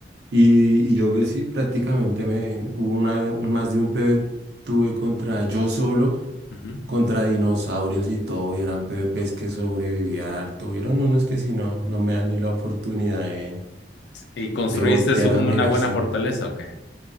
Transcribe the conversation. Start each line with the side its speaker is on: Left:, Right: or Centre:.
Right: Y, y yo pues, sí, prácticamente me hubo una, un- más de un PvP tuve contra yo solo,
Left: Ujú.
Right: contra dinosaurios y todo, y eran PvPs que sobrevivía harto. Hubieron unos que si no, no me dan ni la oportunidad de,
Left: ¿Y construiste
Right: de voltear
Left: un-
Right: a mirarse.
Left: una buena fortaleza o qué?